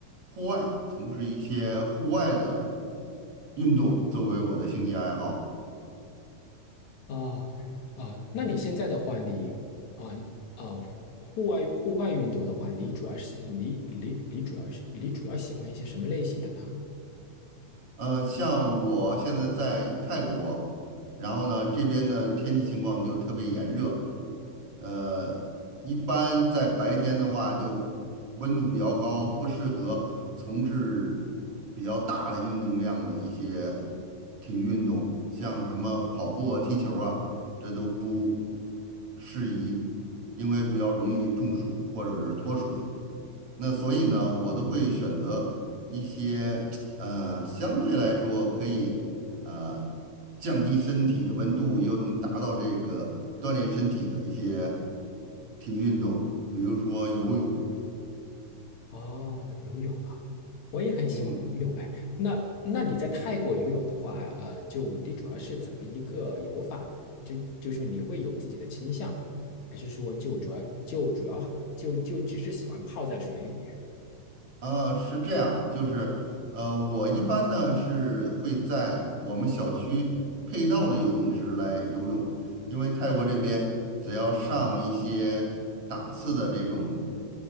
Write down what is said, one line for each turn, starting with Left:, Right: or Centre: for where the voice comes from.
Right: 户外从事一些户外的运动，作为我的兴趣爱好。
Left: 哦，啊，那你现在的话，你啊啊，户外户外运动的话，你主要是你你你主要是你主要喜欢一些什么类型的呢？
Right: 呃，像我现在在泰国，然后呢，这边的天气情况就特别炎热。呃，一般在白天的话，就温度比较高，不适合从事比较大的运动量的一些体育运动，像什么跑步啊、踢球啊，这都不适宜，因为比较容易中暑或者是脱水。那所以呢，我都会选择一些呃相对来说可以呃降低身体的温度，又能达到这个锻炼身体的一些体育运动，比如说游泳。
Left: 哦，游泳啊，我也很喜欢游泳哎。
Right: 嗯，
Left: 那那你在泰国游泳的话，呃，就你主要是怎么一个游法呢？就就说你会有自己的倾向吗？还是说就主要就主要就就只是喜欢泡在水里面？
Right: 呃，是这样，就是，呃，我一般呢是会在我们小区配套的游泳池来游泳，因为泰国这边只要上一些档次的这种